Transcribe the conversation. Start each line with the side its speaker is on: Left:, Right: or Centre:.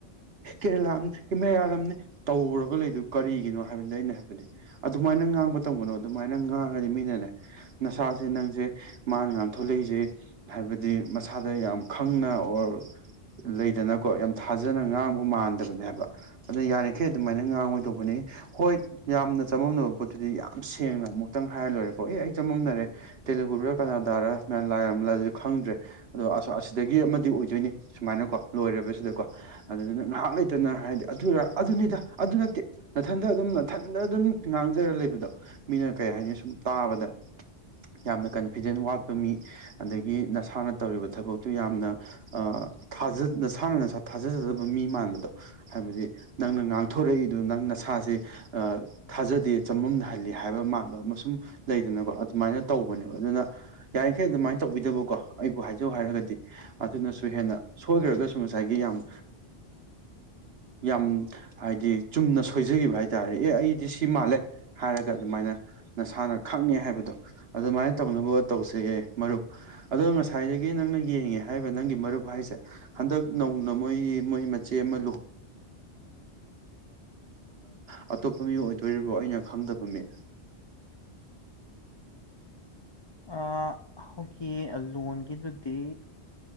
Right: ꯀꯦꯔꯂꯥ ꯃꯌꯥꯂꯝꯅꯤ ꯇꯧꯔꯒ ꯂꯩꯗꯨ ꯀꯔꯤꯒꯤꯅꯣ ꯍꯥꯏꯕꯗ ꯑꯩꯅ ꯍꯥꯏꯕꯗꯤ ꯑꯗꯨꯃꯥꯏꯅ ꯉꯥꯡꯕ ꯇꯧꯒꯅꯣ ꯑꯗꯨꯃꯥꯏꯅ ꯉꯥꯡꯉꯗꯤ ꯃꯤꯅꯅꯦ ꯅꯁꯥꯁꯦ ꯅꯪꯁꯦ ꯃꯥꯅ ꯉꯥꯡꯊꯂꯛꯏ ꯑꯩꯁꯦ ꯍꯥꯏꯕꯗꯤ ꯃꯁꯥꯗ ꯌꯥꯝ ꯈꯪꯅ ꯑꯣꯔ ꯂꯩꯗꯅꯀꯣ ꯌꯥꯝ ꯊꯥꯖꯅ ꯉꯥꯡꯕ ꯃꯥꯟꯗꯕꯅꯦ ꯍꯥꯏꯕ ꯑꯗꯨꯅ ꯌꯥꯔꯤꯈꯩ ꯑꯗꯨꯃꯥꯏꯅ ꯉꯥꯡꯉꯣꯏꯗꯧꯕꯅꯤ ꯍꯣꯏ ꯌꯥꯝꯅ ꯆꯃꯝꯅꯕ ꯄꯣꯠꯇꯨꯗꯤ ꯌꯥꯝ ꯁꯦꯡꯅ ꯑꯃꯨꯛꯇꯪ ꯍꯥꯏꯔ ꯂꯣꯏꯔꯦꯀꯣ ꯑꯦ ꯑꯩ ꯆꯃꯝꯅꯔꯦ ꯇꯦꯂꯨꯒꯨꯔ ꯀꯅꯥꯗꯥꯔ ꯃꯌꯥꯝ ꯂꯥꯏꯔ ꯂꯥꯏ ꯈꯪꯗ꯭ꯔꯦ ꯑꯗꯣ ꯑꯁ ꯑꯁꯤꯗꯒꯤ ꯑꯃꯗꯤ ꯑꯣꯏꯗꯣꯏꯅꯤ ꯁꯨꯃꯥꯏꯅꯀꯣ ꯂꯣꯏꯦ ꯁꯤꯗꯀꯣ ꯑꯗꯨꯗꯨꯅ ꯉꯥꯏꯍꯥꯛ ꯂꯩꯇꯅ ꯍꯥꯏꯗꯤ ꯑꯗꯨꯔ ꯑꯗꯨꯅꯤꯗ ꯑꯗꯨ ꯅꯠꯇꯦ ꯅꯥꯊꯟꯗ ꯑꯗꯨꯝ ꯅꯥꯊꯟꯗ ꯑꯗꯨꯝ ꯉꯥꯡꯖꯔꯒ ꯂꯩꯕꯗꯣ ꯃꯤꯅ ꯀꯩ ꯍꯥꯏꯅꯤ ꯁꯨꯝ ꯇꯥꯕꯗ ꯌꯥꯝꯅ ꯀꯟꯐꯤꯗꯦꯟ ꯋꯥꯠꯄ ꯃꯤ ꯑꯗꯒꯤ ꯅꯁꯥꯅ ꯇꯧꯔꯤꯕ ꯊꯕꯛꯇꯨ ꯌꯥꯝꯅ ꯅꯁꯥꯅ ꯅꯁꯥ ꯊꯥꯖꯖꯗꯕ ꯃꯤ ꯃꯥꯟꯕꯗꯣ ꯍꯥꯏꯕꯗꯤ ꯅꯪꯅ ꯉꯥꯡꯊꯣꯔꯛꯏꯗꯨꯣ ꯅꯪꯅ ꯅꯁꯥꯁꯦ ꯊꯥꯖꯗꯦ ꯆꯃꯝꯅꯍꯜꯂꯤ ꯍꯥꯏꯕ ꯃꯥꯟꯕ ꯑꯃ ꯁꯨꯝ ꯂꯩꯗꯅꯀꯣ ꯑꯗꯨꯃꯥꯏꯅ ꯇꯧꯕꯅꯦꯕ ꯑꯗꯨꯅ ꯌꯥ ꯌꯥꯡꯈꯩ ꯑꯗꯨꯃꯥꯏꯅ ꯇꯧꯕꯤꯗꯕꯀꯣ ꯑꯩꯕꯨ ꯍꯥꯏꯖꯧ ꯍꯥꯏꯔꯒꯗꯤ ꯑꯗꯨꯅꯁꯨ ꯍꯦꯟꯅ ꯁꯣꯏꯈ꯭ꯔꯒꯁꯨ ꯉꯁꯥꯏꯒꯤ ꯌꯥꯝ ꯌꯥꯝ ꯍꯥꯏꯗꯤ ꯆꯨꯝꯅ ꯁꯣꯏꯖꯒꯤꯈꯤꯕ ꯍꯥꯏꯇꯥꯔꯦ ꯑꯦ ꯑꯩꯗꯤ ꯁꯤ ꯃꯥꯜꯂꯦ ꯍꯥꯏꯔꯒ ꯑꯗꯨꯃꯥꯏꯅ ꯅꯁꯥꯅ ꯈꯪꯉꯦ ꯍꯥꯏꯕꯗꯣ ꯑꯗꯨꯃꯥꯏꯅ ꯇꯧꯅꯕ ꯇꯧꯁꯌꯦ ꯃꯔꯨꯞ ꯑꯣ ꯉꯁꯥꯏꯗꯒꯤ ꯅꯪꯅ ꯌꯦꯡꯉꯦ ꯍꯥꯏꯔꯤꯕ ꯅꯪꯒꯤ ꯃꯔꯨꯞ ꯍꯥꯏꯁꯦ ꯍꯟꯗꯛ ꯅꯧꯅ ꯃꯣꯏꯒꯤ ꯃꯣꯏ ꯃꯆꯦ ꯑꯃ ꯑ ꯆꯣꯏꯔꯤꯕꯣ ꯑꯩꯅ ꯈꯪꯗꯕ ꯃꯤ
Left: ꯑ ꯑꯩꯈꯣꯏꯒꯤ ꯂꯣꯟꯒꯤꯗꯨꯗꯤ